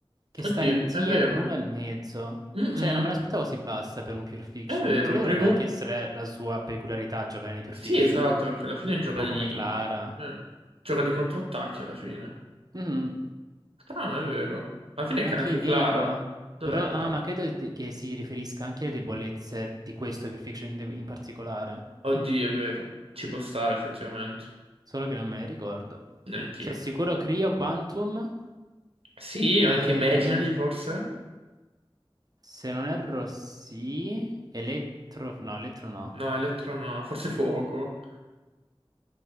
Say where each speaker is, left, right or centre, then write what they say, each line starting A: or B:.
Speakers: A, on the right (about 40°); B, on the right (about 75°).
A: che sta
B: Oddio,
A: in tier
B: è vero.
A: 1 e mezzo.
B: Mm-mm,
A: Cioè, non me l'aspettavo così bassa per un pure fiction.
B: È vero,
A: In teoria
B: perché
A: dovrebbe
B: com-
A: anche essere la sua peculiarità giocare nei pure
B: sì,
A: fiction.
B: esatto, perché alla fine
A: Un
B: gioca
A: po'
B: di
A: come Clara.
B: eh, gioca di contrattacchi alla fine.
A: Mhm.
B: Strano, è vero. Alla fine
A: Anche
B: ca- anche
A: Imeko.
B: Clara. Dov'è
A: Però,
B: Clara?
A: ah, ma credo di- che si riferisca anche alle debolezze di questo pure fiction in de- in particolare.
B: Oddio, è vero. Ci può stare effettivamente.
A: solo che non me le ricordo.
B: Neanch'io.
A: C'è sicuro Cryo Quantum?
B: Sì,
A: Eh,
B: anche Imaginary forse?
A: se non erro, sì. Elettro, no, elettro no.
B: No, Electro no, forse Fuoco.